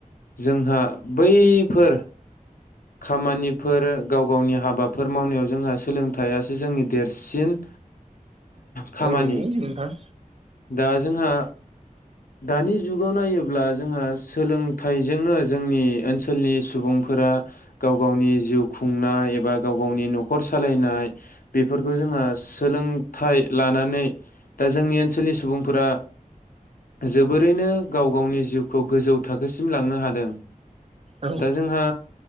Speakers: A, on the left; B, on the right.
A: जोंहा बैफोर खामानिफोर गाव गावनि हाबाफोर मावनायाव जोंहा सोलोंथाइसो जोंनि देरसिन। खामानि
B: औ नोंथां।
A: दा जोंहा दानि जुगाव नायोब्ला जोंहा सोलोंथाइजोंनो जोंनि ओनसोलनि सुबुंफोरा गाव गावनि जिउ खुंनाय एबा गाव गावनि न'खर सालायनाय बेफोरखौ जोंहा सोलोंथाइ लानानै दा जोंनि ओनसोलनि सुबुंफोरा जोबोरैनो गाव गावनि जिउखौ गोजौ थाखोसिम लांनो हादों।
B: औ
A: दा जोंहा